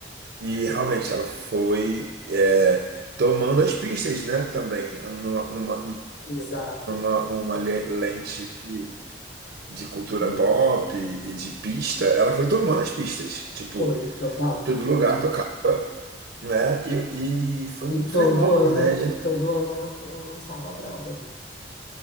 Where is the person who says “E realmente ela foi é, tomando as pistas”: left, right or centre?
Right